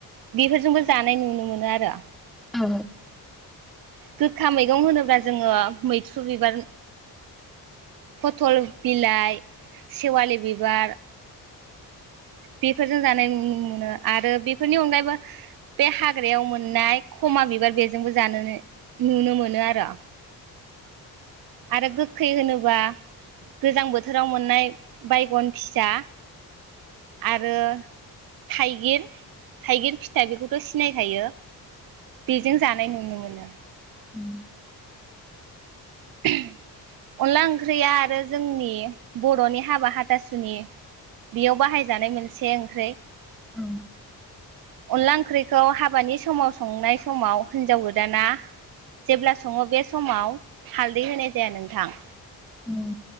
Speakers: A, on the right (about 55°); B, in the centre.
A: बेफोरजोंबो जानाय नुनो मोनो आरो।
B: औ
A: गोखा मैगं होनोब्ला जोङो मैथ्रु बिबार फथल बिलाइ बे सेवालि बिबार बेफोरजों जानाय नुनो मोनो आरो बेफोरनि अनगायैबो बे हाग्रायाव मोननाय खमा बिबार बेजोंबो जानो नुनो मोनो आरो। आरो गोखै होनोबा गोजां बोथोराव मोननाय बायगन फिसा। आरो थाइगिर थाइगिर फिथा बेखौथ' सिनायखायो। बेजों जानाय नुनो मोनो। दा
B: <inaudible>
A: अनला ओंख्रिया आरो जोंनि बर'नि हाबा हाथासुनि बेयाव बाहायजानाय मोनसे ओंख्रि।
B: औ
A: अनला ओंख्रिखौ हाबानि समाव संनाय समाव हिनजाव गोदाना जेब्ला सङो बे समाव। हालदै होनाय जाया नोंथां।
B: उम